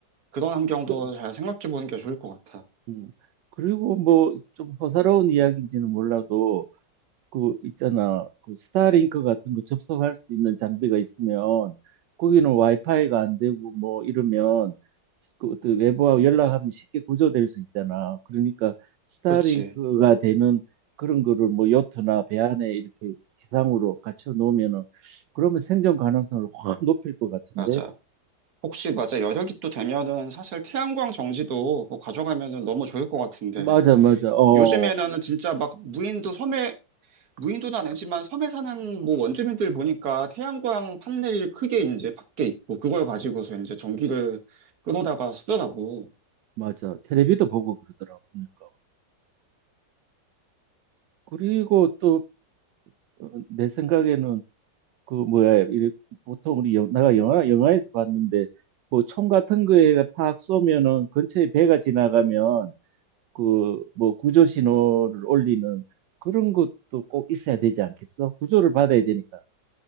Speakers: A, on the right (about 60°); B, on the right (about 80°).
A: 그런 환경도
B: 그,
A: 잘 생각해 보는 게 좋을 것 같아.
B: 음. 그리고 뭐 좀 호사로운 이야기인지는 몰라도 그 있잖아 그 스타링크 같은 거 접속할 수 있는 장비가 있으면 거기는 와이파이가 안 되고 뭐 이러면 그 어떤 외부와 연락하면 쉽게 구조될 수 있잖아. 그러니까 스타링크가
A: 그렇지.
B: 되는 그런 거를 뭐 요트나 배 안에 이렇게 기상으로 갖춰 놓으면은 그러면 생존 가능성을 확 높일 것 같은데.
A: 맞아. 혹시 맞아 여력이 또 되면은 사실 태양광 정지도 뭐 가져가면은 너무 좋을 것 같은데
B: 맞아, 맞아. 어,
A: 요즘에는 진짜 막 무인도 섬에 무인도는 아니지만 섬에 사는 뭐 원주민들 보니까 태양광 판넬이 크게 이제 밖에 있고 그걸 가지고서 이제 전기를 끊어다가 쓰더라고.
B: 맞아. 텔레비도 보고 그러더라고. 그러니까. 그리고 또 어, 내 생각에는 그 뭐야 이래 보통 우리 영, 내가 영화 영화에서 봤는데 뭐 총 같은 거에 팍 쏘면은 근처에 배가 지나가면 그 뭐 구조 신호를 올리는 그런 것도 꼭 있어야 되지 않겠어? 구조를 받아야 되니까.